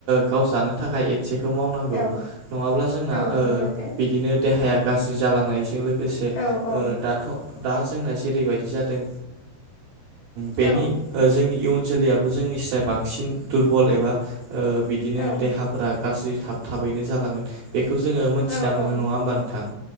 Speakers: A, on the right; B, on the left.
A: गाव जानो थाखाय खाथिखौ मावनांगौ
B: औ
A: नङाब्ला जोंना
B: औ नंगौ
A: ओ
B: नोंथां
A: बिदिनो देहाया गाज्रि जालांनायजों लोगोसे
B: औ औ
A: ओ दाथ' दा जोंना जेरैबायदि जादों बेनि
B: औ
A: ओ जोंनि इयुन जोलैयाबो जोंनि स्राय बांसिन दुरबल एबा ओह बिदिनो
B: औ
A: देहाफोरा गाज्रि थाब थाबैनो जाालांगोन बेखौ जोङो मोनथिना
B: औ
A: मोनो
B: औ
A: नङा होमबा नोंथां